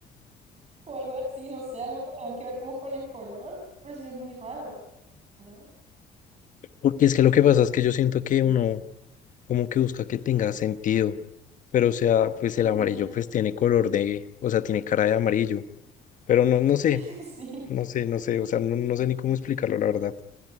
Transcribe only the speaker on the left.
porque es que lo que pasa es que yo siento que uno como que busca que tenga sentido, pero o sea, pues
el amarillo pues tiene color de, o sea, tiene cara de amarillo, pero no, no sé,
no sé, no sé, o sea, no, no sé ni cómo explicarlo, la verdad.